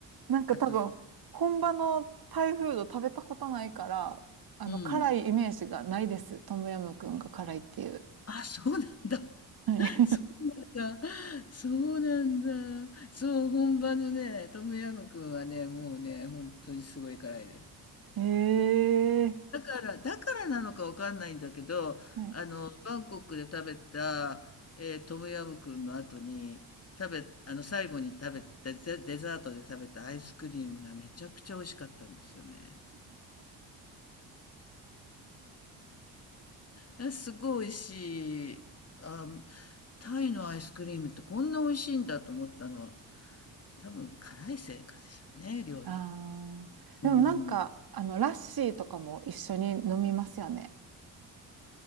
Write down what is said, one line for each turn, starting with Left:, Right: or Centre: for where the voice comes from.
Right: なんか多分、
Left: あと、
Right: 本場のタイフード食べたことないから、あの、
Left: うん、
Right: 辛いイメージがないです。トムヤムクンが辛いっていう。
Left: あ、そうなんだ。
Right: はい。
Left: そうなんだ。そうなんだ。そう、本場のね、トムヤムクンはね、もうね、本当にすごい辛いです。
Right: <laughs> ええ
Left: だから、だからなのかわかんないんだけど、
Right: ーはい。
Left: あの、バンコクで食べた、えートムヤムクンの後に、食べ、あの、最後に食べた、デデザートで食べたアイスクリームがめちゃくちゃ美味しかったんですよね。あ、すごい美味しい。あ、タイのアイスクリームってこんな美味しいんだと思ったのは、多分辛いせいかでしょうね、料理が。
Right: あーでもなんか、
Left: うん。
Right: あの、ラッシーとかも一緒に飲みますよね。